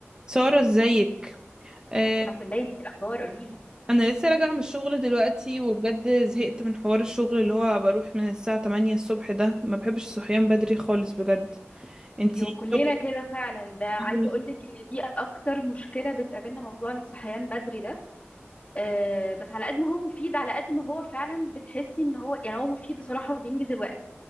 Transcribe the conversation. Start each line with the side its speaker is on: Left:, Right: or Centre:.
Right: سارة ازيك آه
Left: الحمد لله انتي ايه الاخبار قولي لي
Right: انا لسه راجعة من الشغل دلوقتي وبجد زهقت من حوار الشغل اللي هو بروح من الساعة 8 الصبح ده ما بحبش الصحيان بدري خالص بجد انتي
Left: يو
Right: شغل
Left: كلنا كده فعلا ده عايزه
Right: يعني
Left: اقول لك ان دي اكتر مشكله بتقابلنا موضوع الصحيان بدري ده أه بس على قد ما هو مفيد على قد ما هو فعلا بتحسي ان هو يعني هو مفيد بصراحه وبينجز الوقت